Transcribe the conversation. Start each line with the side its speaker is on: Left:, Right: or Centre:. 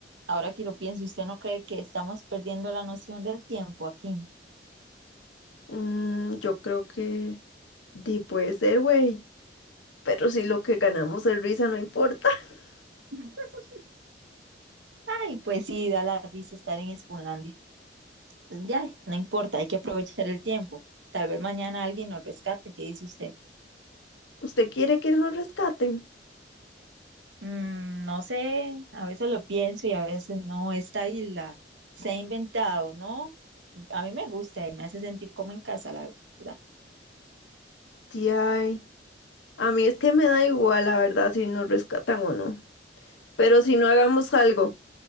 Right: ahora que lo pienso, ¿usted no cree que estamos perdiendo la noción del tiempo aquí?
Left: Mm, yo creo que di puede ser, güey, pero si lo que ganamos es risa, no importa. <laughs>
Right: <laughs> Ay, pues sí, da la risa estar en Spunlandia. Pues ya, no importa, hay que aprovechar el tiempo. Tal vez mañana alguien nos rescate, ¿qué dice usted?
Left: ¿Usted quiere que nos rescaten?
Right: Mm, no sé, a veces lo pienso y a veces no. Esta isla se ha inventado, ¿no? A mí me gusta y me hace sentir como en casa, la verdad.
Left: Ay, a mí es que me da igual, la verdad, si nos rescatan o no. Pero si no hagamos algo.